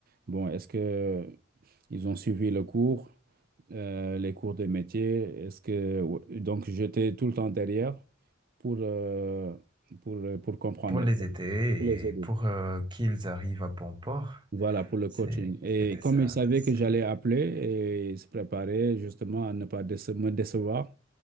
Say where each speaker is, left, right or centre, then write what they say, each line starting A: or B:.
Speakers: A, on the right; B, on the right.
A: bon, est-ce que ils ont suivi le cours, euh, les cours de métier, est-ce que, ou- donc, j'étais tout le temps derrière pour, euh, pour, euh, pour comprendre,
B: pour les
A: et pour
B: aider
A: les aider.
B: et pour euh, qu'ils arrivent à bon port.
A: Voilà, pour le
B: C'est-
A: coaching. Et
B: C'était
A: comme
B: ça.
A: ils savaient
B: C'est...
A: que j'allais appeler et ils se préparaient justement à ne pas déce- me décevoir,